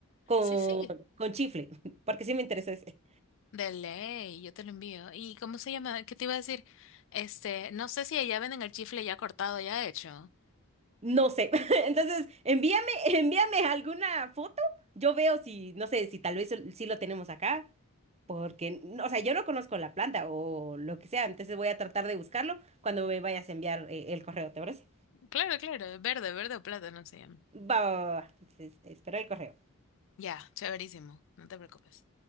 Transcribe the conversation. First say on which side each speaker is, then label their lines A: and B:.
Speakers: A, on the right; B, on the left.
A: Con,
B: Sí, sí.
A: con chifle, <laughs> porque sí me interesa ese.
B: De ley, yo te lo envío. ¿Y cómo se llama? ¿Qué te iba a decir? Este, no sé si allá venden el chifle ya cortado, ya hecho.
A: No sé. <laughs> Entonces, envíame, envíame alguna foto. Yo veo si, no sé, si tal vez el- sí lo tenemos acá, porque, no, o sea, yo no conozco la planta o lo que sea, entonces voy a tratar de buscarlo cuando me vayas a enviar eh, el correo, ¿te parece?
B: Claro, claro, verde, verde o plátano se llama.
A: Va, va, va, va. Entonces, espero el correo.
B: Ya, chéverísimo, no te preocupes.